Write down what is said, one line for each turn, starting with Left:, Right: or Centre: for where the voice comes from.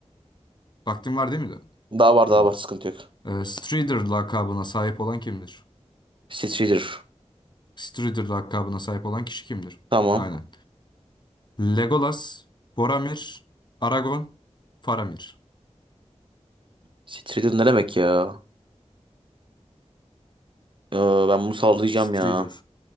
Left: Vaktim var değil mi de?
Right: Daha var
Left: Tamam.
Right: daha var sıkıntı yok.
Left: Ee, Strider lakabına sahip olan kimdir?
Right: Strider.
Left: Strider lakabına sahip olan kişi kimdir?
Right: Tamam.
Left: Aynen. Legolas, Boromir, Aragon, Faramir.
Right: Strider ne demek ya? Ee, ben bunu sallayacağım
Left: Strider
Right: ya.